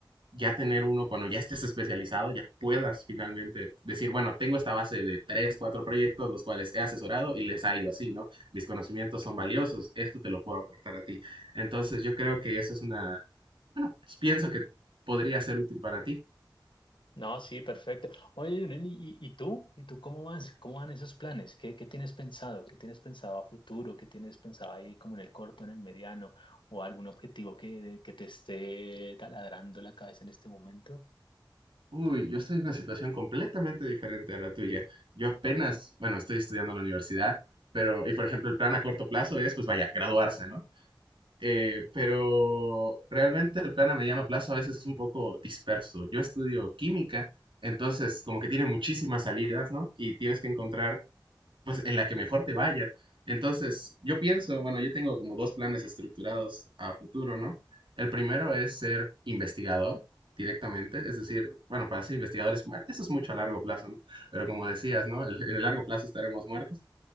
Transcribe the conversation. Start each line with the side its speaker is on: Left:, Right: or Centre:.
Right: ya tener uno cuando ya estés especializado, ya puedas finalmente decir, bueno, tengo esta base de tres, cuatro proyectos los cuales he asesorado y les ha ido así, ¿no? Mis conocimientos son valiosos, esto te lo puedo aportar a ti. Entonces yo creo que eso es una, bueno, pues, pienso que podría ser útil para ti.
Left: No, sí, perfecto. Oye, Leonel, ¿y, y tú? ¿Y tú cómo vas? ¿Cómo van esos planes? ¿Qué, qué tienes pensado? ¿Qué tienes pensado a futuro? ¿Qué tienes pensado ahí como en el corto, en el mediano? ¿O algún objetivo que, que te esté taladrando la cabeza en este momento?
Right: Uy, yo estoy en una situación completamente diferente a la tuya. Yo apenas, bueno, estoy estudiando en la universidad, pero, y por ejemplo, el plan a corto plazo es, pues vaya, graduarse, ¿no? Eh, pero realmente el plan a mediano plazo a veces es un poco disperso. Yo estudio química, entonces como que tiene muchísimas salidas, ¿no? Y tienes que encontrar pues en la que mejor te vaya. Entonces, yo pienso, bueno, yo tengo como dos planes estructurados a futuro, ¿no? El primero es ser investigador directamente, es decir, bueno, para ser investigadores, bueno, eso es mucho a largo plazo, ¿no? Pero como decías, ¿no? El- en el largo plazo estaremos muertos.